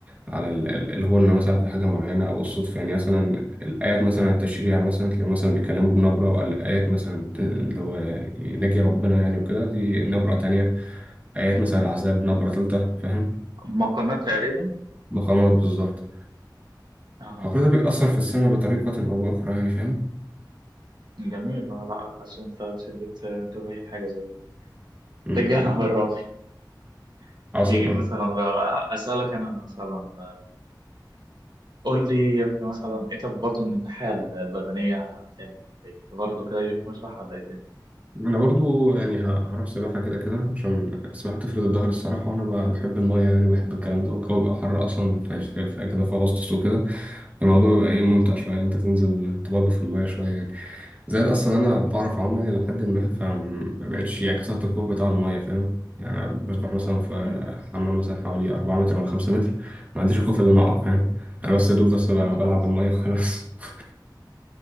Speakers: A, on the right; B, on the right.
A: على ال- ال- الغنة مثلا في حاجة معينة أو الصدفة يعني مثلا الآيات مثلا التشريع مثلا تلاقيهم مثلا بيتكلموا بنبرة والآيات مثلا اللي هو نجي ربنا يعني وكده دي نبرة تانية آيات مثلا العذاب نبرة تالتة فاهم
B: مقامات تقريبا
A: مقامات بالظبط
B: اه
A: فكل ده بيأثر في السماء بطريقة أو بأخرى يعني فاهم
B: جميل لا لا بس انت شدت انتباهي لحاجه زي دي
A: مم.
B: ده الجانب الراقي <laughs>
A: عظيم
B: يجي
A: أوي
B: مثلا بقى اسالك انا مثلا قول لي مثلا انت برضه من الناحيه البدنيه هتعمل ايه برضه كده جيم مسبح ولا ايه الدنيا؟
A: انا برضو يعني ه- هروح سباحه كده كده عشان السباحه بتفرد الظهر الصراحه وانا ب- بحب المايه يعني وبحب الكلام ده والجو بيبقى حر اصلا في في في اجازه في اغسطس وكده فالموضوع بيبقى ايه ممتع شويه ان انت تنزل تبلبل في المايه شويه يعني زائد اصلا انا بعرف اعوم يعني لحد ما فما بقتش يعني كسرت الخوف بتاع المايه فاهم يعني أنا بسبح مثلا في
B: مهم.
A: حمام مثلا حوالي 4 متر ولا 5 متر ما عنديش الخوف اللي انا اقع فاهم انا بس يا دوب بس بلعب
B: ما شاء الله
A: بالميه وخلاص <laughs>